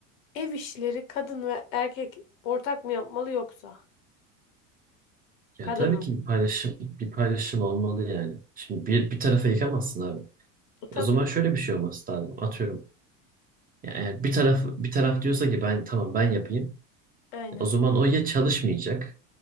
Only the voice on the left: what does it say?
Ev işleri kadın ve erkek ortak mı yapmalı yoksa?
Kadın
mı?
E, Tabii.
Aynen.